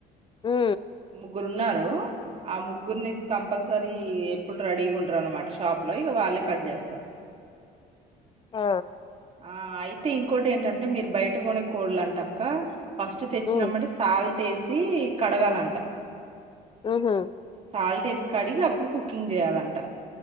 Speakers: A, on the left (about 30°); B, on the right (about 40°).
A: ఉ
B: ముగ్గురు ఉన్నారు ఆ ముగ్గురు నించి కంపల్సర మది ఎప్పుడు రెడీగా ఉంటారు అనమాట షాప్ లో ఇగా వాళ్ళే కట్ చేస్తారు
A: ఆ
B: ఆ అయితే ఇంకోటి ఏంటంటే మీరు బయట కొనే కోళ్లు అంటక్క ఫస్ట్ తెచ్చినామంటే
A: ఉమ్
B: సాల్ట్ టెసి కడగాలంట
A: ఆహా
B: సాల్ట్ ఎసి కడిగి అప్పుడు కుకింగ్ చేయాలంట